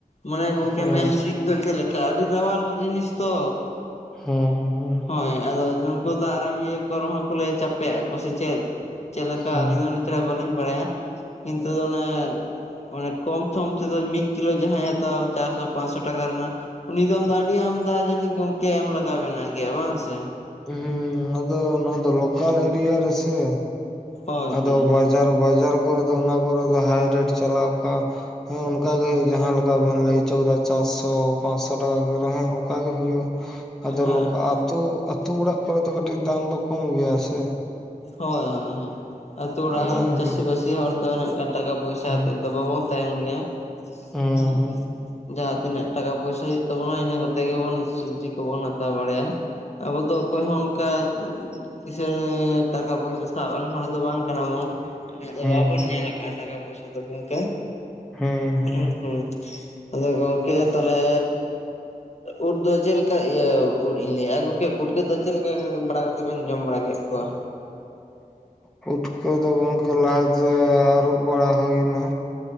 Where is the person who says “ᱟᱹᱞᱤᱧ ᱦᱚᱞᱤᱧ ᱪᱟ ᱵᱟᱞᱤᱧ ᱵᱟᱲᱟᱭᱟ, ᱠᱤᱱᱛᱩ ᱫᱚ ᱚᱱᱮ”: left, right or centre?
Left